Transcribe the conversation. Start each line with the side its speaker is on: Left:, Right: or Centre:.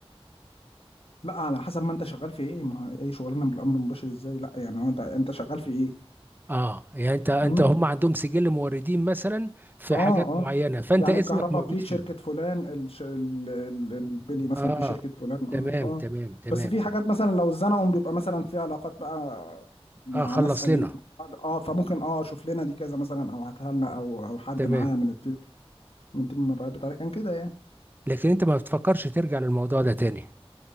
Left: لا على حسب ما أنت شغال في إيه ما هو أي شغلانة بالأمر المباشر إزاي لا يعني هو أنت أنت شغال في إيه؟
Right: اه يعني انت انت
Left: إمم.
Right: هم عندهم سجل موردين مثلا في
Left: اه
Right: حاجات
Left: اه
Right: معينة فأنت
Left: يعني
Right: اسمك
Left: الكهرباء
Right: موجود
Left: في
Right: فيه
Left: شركة فلان الش... ال... ال- البلي مثلا
Right: اه
Left: في شركة فلان اه
Right: تمام
Left: اه
Right: تمام تمام
Left: بس في
Right: تمام
Left: حاجات مثلا لو اتزنقوا بيبقى مثلا في علاقات بقى مع
Right: اه خلص
Left: ناس قديمة
Right: لنا
Left: اه فممكن اه شوف لنا دي كذا مثلا او هاتها لنا او او حد
Right: تمام
Left: معايا من التيم من تيم المبيعات بتاعتي كان كده يعني
Right: لكن انت ما بتفكرش ترجع للموضوع ده تاني